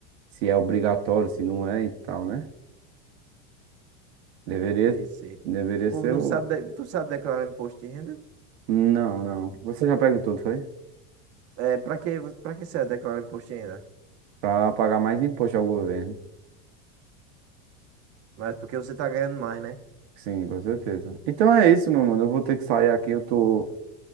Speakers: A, on the right; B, on the right.
A: se é obrigatório, se não é e tal, né? Deveria,
B: Sei, sei. O
A: deveria
B: povo
A: ser
B: não
A: o.
B: sabe. de- Tu sabe declarar imposto de renda?
A: Não, não. Você já perguntou, não foi?
B: É, pra que, vo- pra que serve declarar imposto de renda?
A: Pra pagar mais imposto ao governo.
B: Mas porque você tá ganhando mais, né?
A: Sim, com certeza. Então é isso, meu mano. Eu vou ter que sair aqui. Eu tô,